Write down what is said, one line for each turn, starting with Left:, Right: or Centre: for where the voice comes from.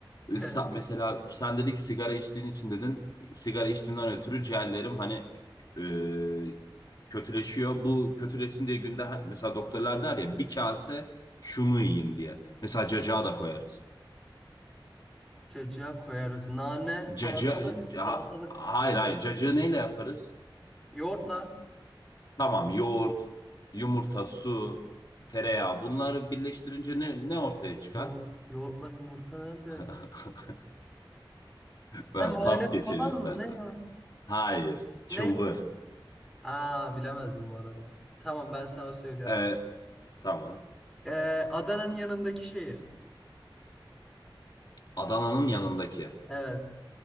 Centre: <laughs>
Left: Ee, sa- Mesela sen dedik sigara içtiğin için dedin. Sigara içtiğimden ötürü ciğerlerim hani e, kötüleşiyor. Bu kötüleşsin diye günde ha- mesela doktorlar der ya bir kase şunu yiyin diye. Mesela cacığa da koyarız.
Centre: Cacığa koyarız. Nane, salatalık,
Left: Cacı,
Centre: salatalık.
Left: ha- hayır hayır cacığı neyle yaparız?
Centre: Yoğurtla.
Left: Tamam yoğurt, yumurta, su, tereyağı bunları birleştirince ne, ne ortaya çıkar?
Centre: Yoğurt, yoğurtla yumurta nerede?
Left: <laughs> Ben
Centre: Hem mayonez
Left: pas geçelim
Centre: falan
Left: istersen.
Centre: mı? Ne ya?
Left: Hayır. Çılbır.
Centre: Ne? Aa bilemezdim bu arada. Tamam ben sana söylüyorum.
Left: Ee, tamam.
Centre: Ee, Adana'nın yanındaki şehir.
Left: Adana'nın yanındaki.
Centre: Evet.